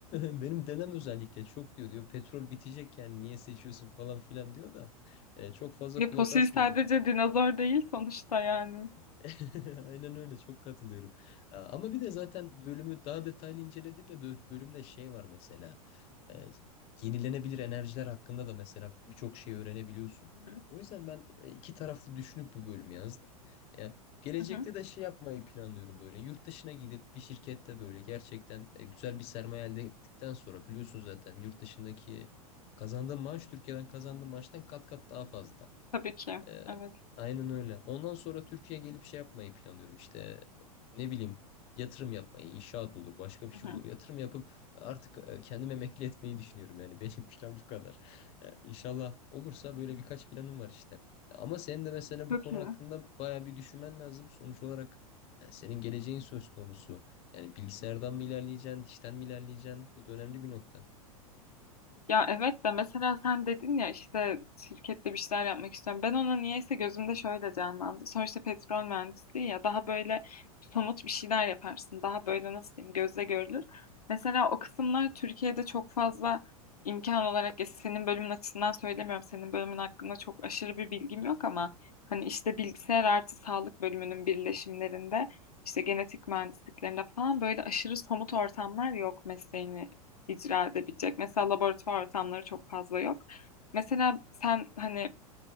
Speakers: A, on the left; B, on the left.
A: mi? benim dedem özellikle çok diyor diyor petrol bitecek yani niye seçiyorsun falan filan diyor da e, çok fazla
B: ya
A: kulak
B: fosil
A: asmıyorum.
B: sadece dinozor değil sonuçta yani.
A: <laughs> Aynen öyle çok katılıyorum. Aa, Ama bir de zaten bölümü daha detaylı incelediğimde bö- bölümde şey var mesela. e, yenilenebilir enerjiler hakkında da mesela birçok şey öğrenebiliyorsun.
B: Hı hı.
A: O yüzden ben e, iki taraflı düşünüp bu bölümü yazdım. Ya, gelecekte
B: Hı hı.
A: de şey yapmayı planlıyorum böyle. Yurt dışına gidip bir şirkette böyle gerçekten e, güzel bir sermaye elde ettikten sonra biliyorsun zaten yurt dışındaki kazandığın maaş Türkiye'den kazandığın maaştan kat kat daha fazla.
B: Tabii ki.
A: Ee,
B: Evet.
A: aynen öyle. Ondan sonra Türkiye'ye gelip şey yapmayı planlıyorum işte ne bileyim yatırım yapmayı, inşaat olur, başka bir
B: Hı
A: şey
B: hı.
A: olur. Yatırım yapıp artık e, kendimi emekli etmeyi düşünüyorum. Yani benim <laughs> plan bu kadar. Ee, İnşallah olursa böyle birkaç planım var işte. Ama senin de mesela
B: Çok
A: bu konu
B: iyi.
A: hakkında baya bir düşünmen lazım. Sonuç olarak e, senin geleceğin söz konusu. Yani bilgisayardan mı ilerleyeceksin, dişten mi ilerleyeceksin? Bu da önemli bir nokta.
B: Ya evet de mesela sen dedin ya işte şirkette bir şeyler yapmak istiyorum. Ben ona niyeyse gözümde şöyle canlandı. Sonuçta petrol mühendisliği ya daha böyle somut bir şeyler yaparsın. Daha böyle nasıl diyeyim gözle görülür. Mesela o kısımlar Türkiye'de çok fazla imkan olarak ya senin bölümün açısından söylemiyorum. Senin bölümün hakkında çok aşırı bir bilgim yok ama hani işte bilgisayar artı sağlık bölümünün birleşimlerinde işte genetik mühendisliklerinde falan böyle aşırı somut ortamlar yok mesleğini icra edebilecek. Mesela laboratuvar ortamları çok fazla yok. Mesela sen hani